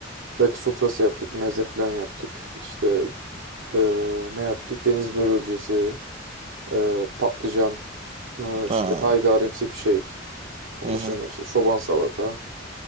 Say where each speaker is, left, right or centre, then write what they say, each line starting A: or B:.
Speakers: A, on the right; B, on the right.
A: Rakı sofrası yaptık. Meze filan yaptık. İşte ee, ne yaptık? Deniz börülcesi, ee, patlıcan, ee, işte
B: Ha.
A: haydarimsi bir şey. Onun
B: Hı hı.
A: dışında işte çoban salata,